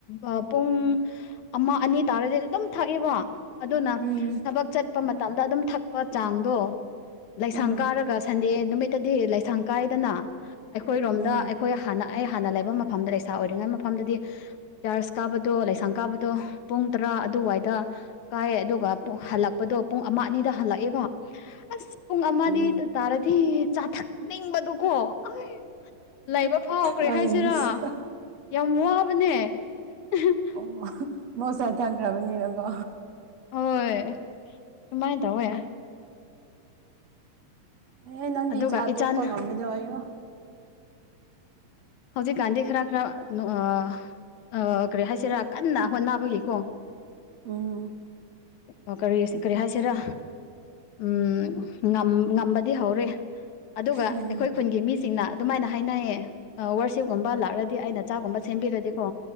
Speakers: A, on the left; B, on the right.
A: ꯑ ꯄꯨꯡ ꯑꯃ ꯑꯅꯤ ꯇꯥꯔꯗꯤ ꯑꯗꯨꯝ ꯊꯛꯏꯕ ꯑꯗꯨꯅ
B: ꯎꯝ
A: ꯊꯕꯛ ꯆꯠ ꯄ ꯃꯇꯝꯗ ꯑꯗꯨꯝ ꯊꯛꯄ ꯆꯥꯡꯗꯣ ꯂꯩꯥꯁꯪ
B: ꯎꯝ
A: ꯀꯥꯔꯒ ꯁꯟꯗꯦ ꯅꯨꯃꯤꯠꯇꯗꯤ ꯂꯩꯥꯁꯪ ꯀꯥꯑꯦꯗꯅꯥ ꯑꯩꯈꯣꯏꯔꯣꯝꯗ
B: ꯎꯝ
A: ꯑꯩꯈꯣꯏ ꯍꯥꯟꯅ ꯑꯩ ꯍꯥꯟꯅ ꯂꯩꯕ ꯃꯐꯝꯗ ꯂꯩꯁꯥ ꯑꯣꯏꯔꯤꯉꯩ ꯃꯐꯝꯗꯗꯤ ꯆꯔꯁ ꯀꯥꯕꯗꯣ ꯂꯩꯁꯥꯡ ꯀꯥꯕꯗꯣ ꯄꯨꯡ ꯇꯔꯥ ꯑꯗꯨꯋꯥꯏꯗ ꯀꯥꯑꯦ ꯑꯗꯨꯒ ꯍꯜꯂꯛꯄꯗꯣ ꯄꯨꯡ ꯑꯃ ꯑꯅꯤꯗ ꯍꯜꯂꯛꯑꯦꯕ ꯑꯁ ꯄꯨꯡ ꯑꯃꯗꯤ
B: ꯎꯝ
A: ꯇꯥꯔꯗꯤ ꯆꯥ ꯊꯛ ꯅꯤꯡꯕꯗꯨꯀꯣ ꯑꯥꯏ ꯂꯩꯕꯐꯥꯎ ꯀꯔꯤ
B: ꯑꯩꯅꯤꯁ
A: ꯍꯥꯏꯁꯤꯔꯥ꯫ ꯌꯥꯝ ꯋꯥꯕꯅꯦ <unintelligible>
B: ꯑꯣ ꯃꯣꯁꯥ ꯊꯟ ꯈ꯭ꯔꯕꯅꯤꯅꯀꯣ꯫
A: ꯍꯣꯏ ꯑꯗꯨꯃꯥꯏ ꯇꯧꯋꯦ꯫
B: ꯑꯦ ꯅꯪꯗꯤ
A: ꯑꯗꯨꯒ
B: ꯆꯥ
A: ꯏꯆꯥꯟ
B: ꯇꯣꯛꯄ ꯉꯝꯒꯗꫭ ꯑꯩꯌꯣ꯫
A: ꯍꯧꯖꯤꯛ ꯀꯥꯟꯗꯤ ꯈ꯭ꯔ ꯈ꯭ꯔ ꯅꯣ ꯑꯥ ꯑꯥ ꯀꯔꯤ ꯍꯥꯏꯁꯤꯔꯥ ꯀꯟꯅ ꯍꯣꯠꯅꯕꯒꯤꯀꯣ꯫
B: ꯎꯝ꯫
A: ꯑ ꯀꯔꯤ ꯀꯔꯤ ꯍꯥꯏꯁꯤꯔꯥ꯫ ꯎꯝ ꯉꯝ ꯉꯝꯕꯗꯤ ꯍꯧꯔꯦ ꯑꯗꯨꯒ
B: ꯎꯝ
A: ꯑꯩꯈꯣꯏ ꯈꯨꯟꯒꯤ ꯃꯤꯁ ꯁꯤꯡꯅ ꯑꯗꯨꯃꯥꯏꯅ ꯍꯥꯏꯅꯩꯌꯦ ꯑ ꯋꯥꯔꯁꯤꯞꯒꯨꯝꯕ ꯂꯥꯛꯂꯗꯤ ꯑꯩꯅ ꯆꯥꯛꯒꯨꯝꯕ ꯁꯦꯝꯕꯤꯔꯗꯤꯀꯣ꯫